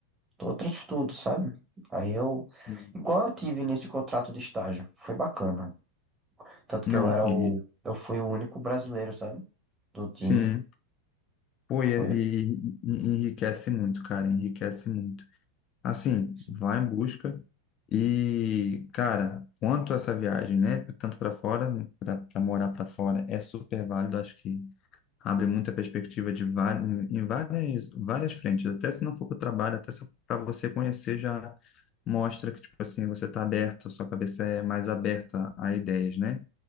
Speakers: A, on the right; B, on the left.
A: outros tudo, sabe? Aí eu,
B: sim.
A: igual eu tive nesse contrato de estágio, foi bacana. Tanto
B: Não,
A: que eu era
B: e,
A: o, eu fui o único brasileiro, sabe? Do time.
B: sim. Pô,
A: Foi,
B: e, e- e enriquece muito, cara, enriquece muito. Assim,
A: assim,
B: vá em busca. E, cara, quanto a essa viagem, né? Tanto para fora, né, para morar para fora, é super válido. Acho que abre muita perspectiva de várias, em várias, várias frentes. Até se não for para o trabalho, até para você conhecer, já mostra que, tipo assim, você está aberto, sua cabeça é mais aberta a ideias, né?